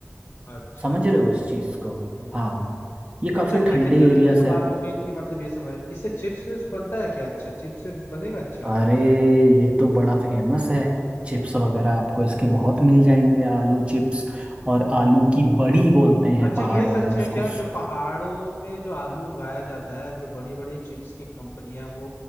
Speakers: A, on the left; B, on the right.
A: अच्छा
B: समझ रहे हो इस चीज को
A: हम्म
B: हाँ ये काफी
A: अच्छा ठीक
B: ठंडे
A: है चलो
B: एरिया
A: ये तो
B: से आ-
A: बात हो गई थी मतलब ये समझ इससे चिप्स विप्स बनता है क्या अच्छा चिप्स विप्स बनेगा अच्छा
B: अरे
A: इसमें
B: ये तो बड़ा फेमस है चिप्स वगैरह आपको इसके बहुत मिल जाएंगे आलू चिप्स और आलू की बड़ी बोलते हैं
A: अच्छा
B: पहाड़ों
A: ये सच
B: में उसको
A: है क्या जो
B: सूखा
A: पहाड़ों में जो आलू उगाया जाता है जो बड़ी बड़ी चिप्स की कंपनियां वो